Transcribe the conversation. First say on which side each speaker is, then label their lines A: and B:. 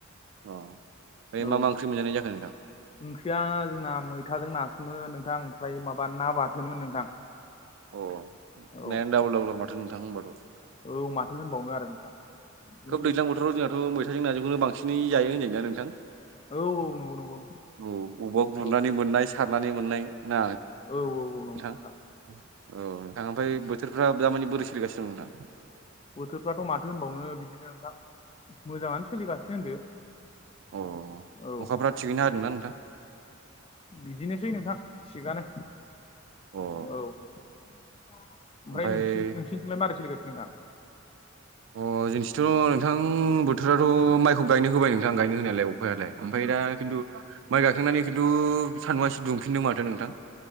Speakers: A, on the right (about 65°); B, on the left (about 30°).
A: अ ओमफ्राय
B: औ
A: मा मा ओंख्रि मोनजानाय जाखोन नोंथां?
B: ओंख्रिया जोंना मैथाजों नासोमोन नोंथां ओमफ्राय माबा ना बाथोनमोन नोंथां।
A: अ
B: औ
A: नायानो दाबुल दाबुल माथो नोंथां होबाथ'।
B: औ माथो होनबावनो आरो नोंथां। बिदिनोसै
A: खोब दैज्लां बोथोराव जोंहाथ' मैथाजों नाजोंखौनो बांसिनै जायो होनजायो ना नोंथां?
B: औ औ नंगौ नंगौ
A: औ अबावबा गुरनानै
B: औ
A: मोननाय सारनानै मोननाय ना नोंथां
B: औ औ नंगौ नोंथां
A: औ नोंथां ओमफाय बोथोरफ्रा दामानि बोरै सोलिगासिनो? औ नोंथां।
B: बोथोरफ्राथ' माथो होनबावनो बिदिनो नोंथां मोजाङानो सोलिगासिनो होनदो।
A: अ
B: औ
A: अखाफ्रा थिगैनो हादोंना नोंथां?
B: बिदिनोसै नोंथां थिगानो।
A: अ
B: औ ओमफ्राय
A: ओमफ्राय
B: नोसि नोंसिनिथिंलाय मारै सोलिगासिनो नोंथां?
A: अ जोंथिथ' नोंथां बोथोराथ' माइखौ गायनो होबाय नोंथां गायनो होनायालाय औ। फोरलाय ओमफाय दा खिन्थु माइ गाखांनानै खिन्थु सानदुंआ इसि दुंफिनदों माथो नोंथां।